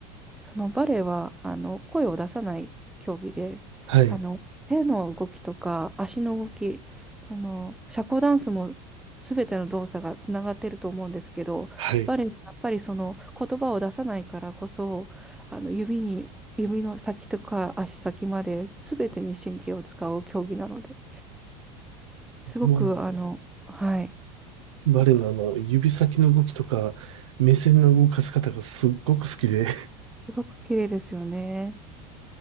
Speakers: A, in the centre; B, on the right.
A: そのバレエはあの声を出さない競技で、
B: はい、
A: あの手の動きとか足の動き、その社交ダンスも全ての動作がつながってると思うんですけど、
B: はい。
A: バレエはやっぱりその言葉を出さないからこそ、あの指に指の先とか足先まで全てに神経を使う競技なので、すごくあの、
B: も
A: はい、
B: う、バレのあの、
A: あ
B: 指先の動きとか、目線の動かし方がすっごく好きで、
A: すごく綺麗ですよね。